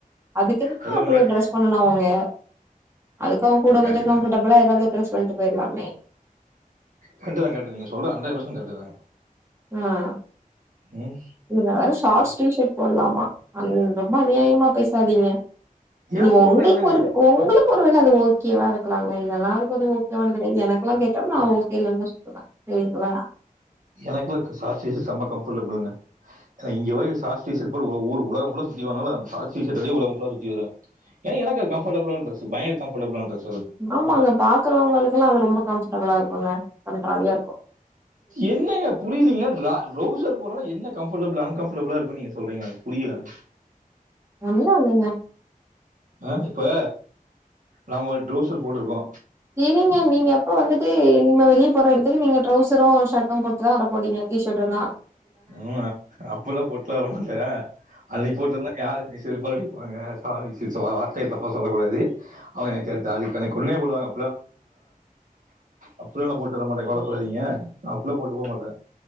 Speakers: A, on the right; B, on the right.
A: அதுக்கு எது
B: அதெல்லாம்
A: அப்டி
B: முன்னாடி
A: ஒரு ட்ரெஸ் பண்ணனும் அவுங்க அதுக்கு அவுங்க
B: அது
A: கூட
B: கரெக்டு
A: கொஞ்சம் கம்ஃபர்டபுளா
B: தான்
A: ஏதாவது ட்ரெஸ் கொண்ட்டு போயிடலாமே
B: கரெக்ட்டு தான் கரெக்ட்டு தான் நீங்க சொல்றது ஹண்ட்ரெட் பெர்சென்ட் கரெக்ட்டு தாங்க
A: ஆஹ்
B: உம்
A: இதுல வேற ஷார்ட்ஸ் டீஷர்ட் போடலாமா அது ரொம்ப அநியாயமா பேசாதீங்க நீ
B: ஏன் போட்டோ
A: உங்களுக்கு
B: என்னங்க
A: ஒரு உங்களுக் ஒருவேளை அது ஓகேவா இருக்கலாங்க இது எல்லாருக்கும் அது ஓகேவானு கேட்டா கிடையாது எனக்கெல்லாம் கேட்டா நான் ஓகே இல்லனு தான் சொல்லுவேன் செரிங்களா
B: எனக்குள்ள ஷார்ட்ஸ் சம்ம கம்ஃபர்டபிள்ங்க இங்க வர ஷார்ட்ஸ் டி ஷார்ட் போட்டு ஊர் உலகம் ஃபுல்லா சுத்தி வந்தாலும் ஷார்ட்ஸ் டி ஷர்ட் லே உலகம் ஃபுல்லா சுத்தி வருவேன் ஏன்னா எனக்கு அது கம்ஃபர்டபிள்லான டிரஸ் பயங்கர கம்ஃபர்ட்பிள்லான டிரஸ்
A: ஆமாங்க பாக்குறவங்களுக்கெல்லாம் அது ரொம்ப கம்ஃபர்டபிளா இருக்கும் போங்க கண்டராவிய இருக்கும்
B: என்னங்க புரியலீங்க டிரா டிரவுசர் போடுரவன் என்ன கம் அன் கம்ஃபர்டபிள்லா இருக்கும் நீங்க சொல்றீங்க புரியல எனக்கு
A: ஒண்ணுல்லா இல்லைங்க.
B: ஆஹ இப்ப நம ட்ரவுசர் போட்ருக்கோ.
A: இருங்க நீங்க எப்ப வந்து. ட்டு. நீங்க வெளிய போற இடத்துக்கு நீ ட்ரவுசரு ஷர்ட்டும் போட்டுதா வர போறீங்க டி ஷார்ட். அப்புறோ நா.
B: உஹம் அப்பல்லா போட்டுல்லா வரமாட்ட அன்னிக்கு போட்டமாரி யாருனே. செருப்பால அடிப்பாங்க சாமி சி வாத்தைகல்ல தப்பா சொல்லக்கூடாது. <unintelligible> கொன்னே போடுவாங்க அப்படியெல்லா போட்டு வரமாட்ட கவல படாதீங்க அப்டிலா போட்டு போக மாட்ட